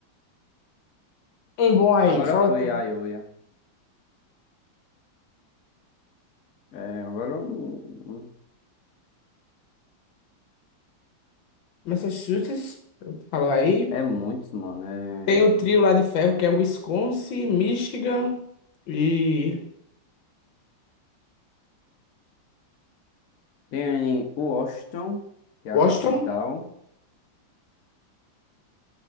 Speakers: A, on the left; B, on the left.
A: um bom aí.
B: Agora
A: Fala
B: foi
A: tu.
B: a Iowa. É, agora. eu-
A: Massachusetts, falou aí.
B: É, é muitos, mano. É...
A: Tem o trio lá de ferro que é Wisconsin, Michigan e
B: Tem Washington, que é a
A: Washington.
B: capital.